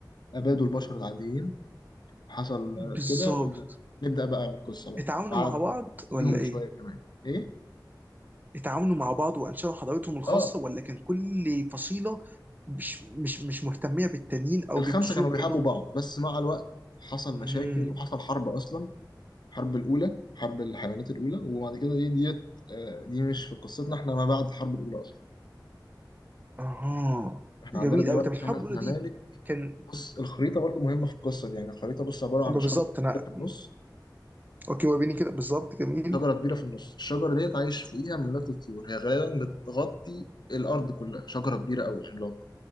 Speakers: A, on the left (about 70°); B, on the right (about 25°).
A: أبادوا البشر العاديين حصل
B: بالظبط
A: كده ونبدأ بقى القصة بقى
B: اتعاونوا
A: بعد
B: مع بعض ولا
A: ليهم
B: إيه؟
A: بشويه كمان ايه
B: اتعاونوا مع بعض وأنشأوا حضارتهم الخاصة
A: اه
B: ولا كان كل فصيلة مش مش مش مهتمية بالتانيين أو
A: الخمسه
B: بيبصوا
A: كانوا
B: لهم
A: بيحبوا
B: كأنهم
A: بعض بس مع الوقت حصل
B: مم.
A: مشاكل وحصل حرب اصلا الحرب الاولى حرب الحيوانات الاولى وبعد كده ايه ديت آه، دي مش في قصتنا احنا ما بعد الحرب الاولى اصلا
B: اها
A: احنا
B: جميل
A: عندنا دلوقتي
B: قوي طب الحرب
A: خمس
B: الاولى
A: ممالك
B: دي كان
A: بص الخريطه برضو مهمه في القصه دي يعني الخريطه بص عباره عن
B: أما
A: شجره
B: بالظبط انا
A: كبيره في النص
B: اوكي وريني كده بالظبط جميل
A: شجره كبيره في النص الشجره ديت عايش فوقيها مملكه الطيور هي غالبا بتغطي الارض كلها شجره كبيره قوي عملاقه